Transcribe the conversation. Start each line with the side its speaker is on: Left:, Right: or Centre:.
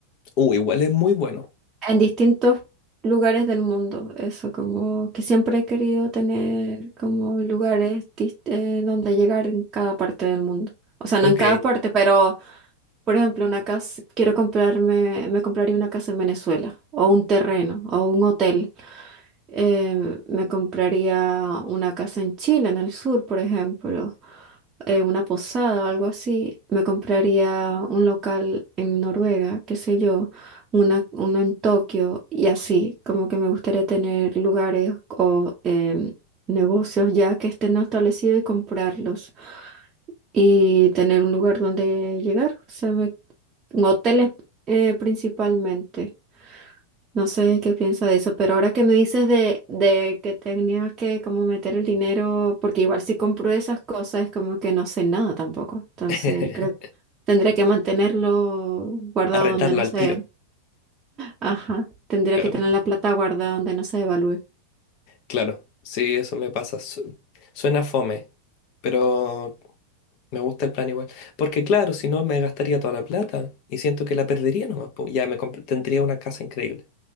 Left: Uh, igual es muy bueno.
Right: en distintos lugares del mundo. Eso, como que siempre he querido tener como lugares dis- eh, donde llegar en cada parte del mundo. O sea, no
Left: Ok.
Right: en cada parte, pero por ejemplo, una casa, quiero comprarme, me compraría una casa en Venezuela, o un terreno, o un hotel eh, me compraría una casa en Chile, en el sur, por ejemplo, eh, una posada o algo así. Me compraría un local en Noruega, qué sé yo, una, uno en Tokio y así, como que me gustaría tener lugares o em, negocios ya que estén establecidos y comprarlos y tener un lugar donde llegar, o sea, me- hoteles eh, principalmente. No sé qué piensa de eso, pero ahora que me dices de, de que tenía que como meter el dinero, porque igual si compro esas cosas es como que no sé nada tampoco. Entonces
Left: <laughs>
Right: creo que tendría que mantenerlo guardado
Left: Arrendarlo
Right: donde no
Left: al
Right: sé
Left: tiro.
Right: Ajá, tendría
Left: Claro,
Right: que tener la plata guardada donde no se devalúe.
Left: claro. Sí, eso me pasa. Su- Suena fome, pero Me gusta el plan igual. Porque claro, si no me gastaría toda la plata y siento que la perdería nomás. po. Ya me comp- tendría una casa increíble.